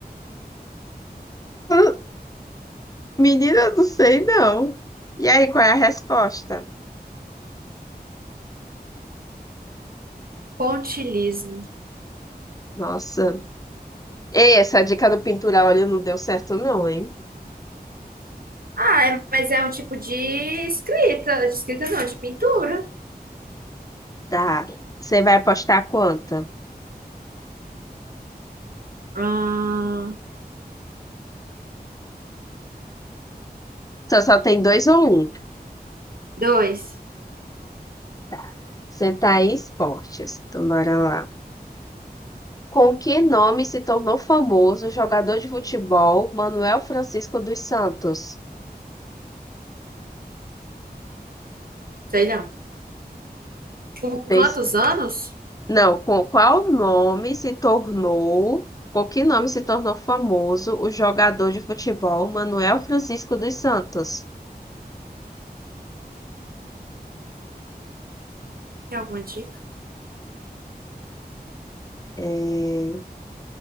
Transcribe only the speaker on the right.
Pontilismo.
Ah, é- mas é um tipo de escrita. De escrita não, de pintura.
Ahn,
dois.
Sei não. Vulcã
dos anos?
Tem alguma dica?